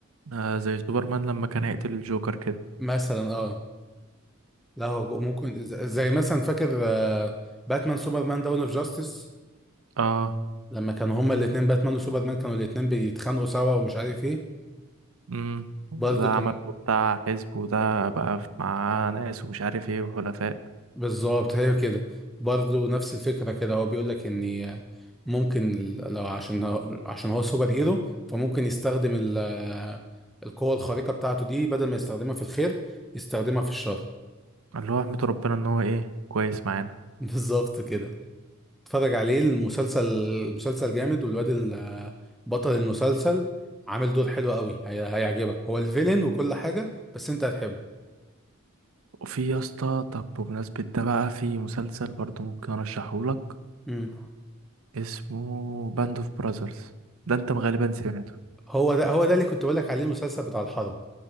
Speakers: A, on the right; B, in the centre.
A: آه زي سوبرمان لما كان هيقتل الجوكر كده
B: مثلا اه لا هو جو- ممكن ز- زي مثلا فاكر آه، باتمان سوبرمان داون اوف جاستس
A: اه
B: لما كانوا هما الاتنين باتمان وسوبرمان كانوا الاتنين بيتخانقوا سوا ومش عارف ايه
A: امم ده
B: برضه
A: عمل
B: كان
A: بتاع حزب وده بقى في- مع ناس ومش عارف ايه وحلفاء
B: بالظبط هي كده برضه نفس الفكرة كده هو بيقول لك ان ممكن ال- لو عشان هو- عشان هو سوبر هيرو فممكن يستخدم ال- القوة الخارقة بتاعته دي بدل ما يستخدمها في الخير يستخدمها في الشر
A: اللي هو احمد ربنا ان هو ايه كويس معانا
B: <laughs> بالظبط كده اتفرج عليه المسلسل المسلسل جامد والواد ال- بطل المسلسل عامل دور حلو قوي هي- هيعجبك هو الفيلن وكل حاجة بس انت هتحبه
A: وفي يا اسطى طب بمناسبة ده بقى في مسلسل برضو ممكن ارشحهولك
B: مم.
A: اسمه باند اوف براذرز ده انت غالبا سمعته
B: هو ده هو ده اللي كنت بقول لك عليه المسلسل بتاع الحرب